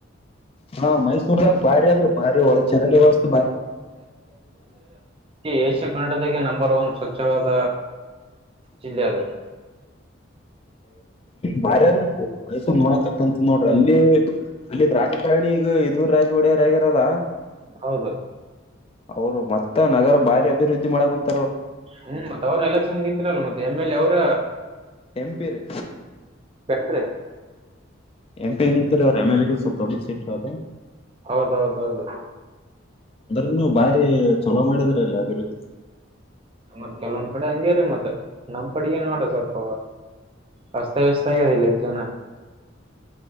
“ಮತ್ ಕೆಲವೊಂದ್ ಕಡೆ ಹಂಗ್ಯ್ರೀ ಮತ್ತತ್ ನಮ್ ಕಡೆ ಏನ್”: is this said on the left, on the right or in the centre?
Right